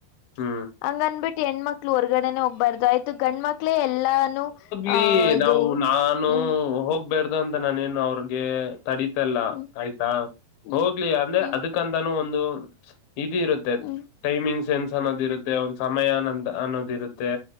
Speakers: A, on the left; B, on the left.
A: ಹ್ಮ
B: ಹಂಗಂದ್ಬಿಟ್ ಹೆಣ್ಮಕ್ಳು ಹೊರ್ಗಡೆನೆ ಹೋಗ್ಬಾರ್ದು ಆಯ್ತು ಗಂಡ್ಮಕ್ಳೇ ಎಲ್ಲಾನು.
A: ಲಿ
B: ಆ ಇದು
A: ನಾವು ನಾನು
B: ಹ್ಮ್
A: ಹೋಗ್ಬಾರ್ದು ಅಂತ ನಾನೇನು ಅವ್ರಗೆ ತಡಿ ತಲ್ಲ
B: ಹ್ಮ್
A: ಆಯ್ತಾ
B: ಹ್ಮ್
A: ಹೋಗ್ಲಿ ಅಂದ್ರೆ
B: ಹ್ಮ್
A: ಅದಕ್ಕಂತಾನೂ ಒಂದು ಇದ್ ಇರುತ್ ತೆ
B: ಹ್ಮ್
A: ಟೈಮಿಂಗ್ ಸೆನ್ಸ್ ಅನ್ನೋದ್ ಇರುತ್ತೆ ಒಂದ್ ಸಮಯ ಅನ್ನೋದ್ ಅನ್ನೋದ್ ಇರುತ್ತೆ.